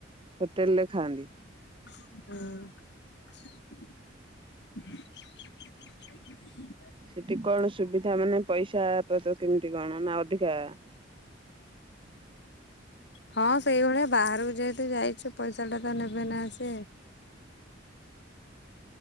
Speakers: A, on the right; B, on the left.
A: ହୋଟେଲ ରେ ଖାଆନ୍ତି।
B: ହଁ।
A: ସେଠି କଣ ସୁବିଧା ମାନେ ପଇସା ତ କେମିତି କଣ ନା ଅଧିକା
B: ହଁ ସେଇଭଳିଆ ବାହାରକୁ ଯେହେତୁ ଯାଇଛୁ ପଇସା ଟା ତ ନେବେ ନା ସି